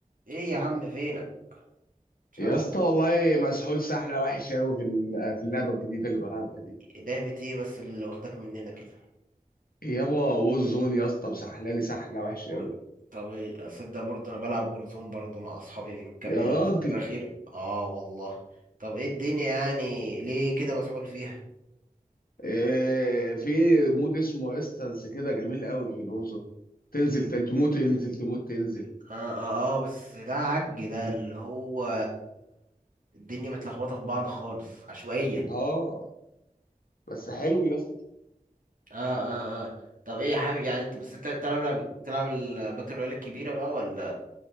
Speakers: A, on the right; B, on the left.
A: ايه يا عم فينك مش
B: يا
A: عارف هو
B: اسطى والله مسحول سحله وحشه قوي في ال- في اللعبه الجديده اللي بلعبها دي
A: لعبة ايه بس اللي واخداك مننا كده
B: يابا ووزون يا اسطى مسحلاني سحله وحشه
A: وور-
B: قوي
A: طب إيه، اصدق برضه انا بلعب وورزون برضه مع اصحابي من ك... الفترة
B: يا راجل
A: الأخيرة اه والله طب ايه الدنيا يعني ليه كده مسحول فيها
B: إيه في مود اسمه ريستانس كده جميل قوي في الوزون تنزل تن- تموت تنزل تموت تنزل
A: اه اه اه بس ده عج ده اللي هو الدنيا متلخبطة في بعض خالص عشوائية
B: اه بس حلو يا اسطى
A: اه اه اه طب ايه يا حبيبي يعني انت بس انت بتلعب لعب تلعب الباتل رويال الكبيرة بقى ولا